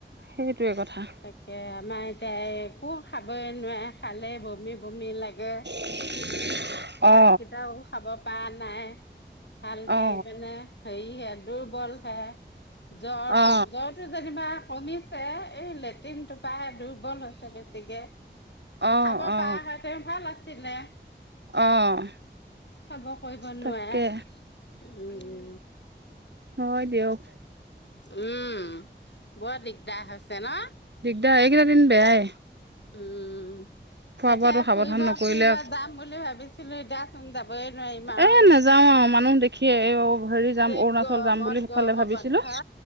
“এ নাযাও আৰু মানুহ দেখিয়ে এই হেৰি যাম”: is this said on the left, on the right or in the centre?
Right